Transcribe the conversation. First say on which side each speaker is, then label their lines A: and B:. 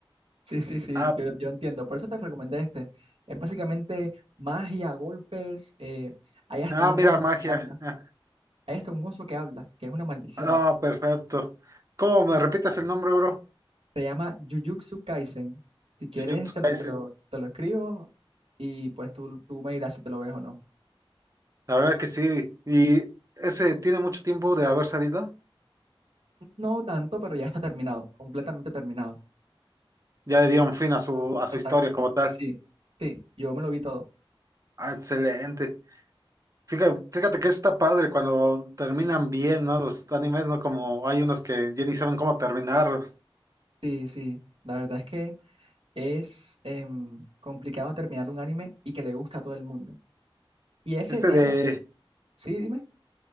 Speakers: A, on the right; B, on the right.
A: Sí, sí, sí,
B: Ah,
A: sí, yo, yo entiendo. Por eso te recomendé este. Es básicamente magia, golpes, eh, hay hasta
B: ah,
A: un
B: mira,
A: oso
B: magia.
A: que habla,
B: <laughs>
A: hay hasta un oso que habla, que es una maldición.
B: Ah, oh, perfecto. ¿Cómo
A: <laughs>
B: me repitas el nombre, bro?
A: Se llama Jujutsu Kaisen. Si quieres,
B: Jujutsu
A: te
B: Kaisen.
A: lo, te lo, te lo escribo y pues tú, tú me dirás si te lo ves o no.
B: La verdad que sí. Y ese tiene mucho tiempo de haber salido.
A: No tanto, pero ya está terminado, completamente terminado.
B: Ya le dieron fin a su, a su
A: Exactamente.
B: historia como tal.
A: Sí, sí, yo me lo vi todo.
B: Ah, excelente. Fíjate, fíjate que está padre cuando terminan bien, ¿no? Los animes, ¿no? Como hay unos que ya ni saben cómo terminarlos.
A: Sí, sí. La verdad es que es em, complicado terminar un anime y que le gusta a todo el mundo. Y ese,
B: Este
A: digamos,
B: de,
A: sí, dime,